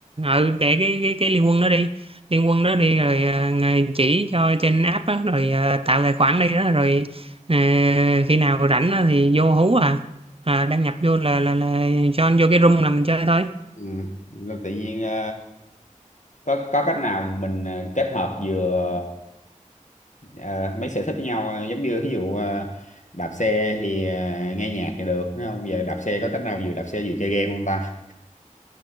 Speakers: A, on the right (about 45°); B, on the left (about 65°).
A: ừ, để cái cái cái liên quân đó đi, liên quân đó đi rồi ờ, người chỉ cho trên app á, rồi ờ, tạo tài khoản đi đó rồi ờ, khi nào rảnh á thì vô hú à. À, đăng nhập vô là là là join vô cái room là mình chơi thôi.
B: ừ Nên tự nhiên ờ, có có cách nào mình ờ, kết hợp vừa ờ, mấy sở thích với nhau ờ, giống như ví dụ ờ, đạp xe thì ờ, nghe nhạc thì được thấy không giờ đạp xe có cách nào vừa đạp xe vừa chơi game không ta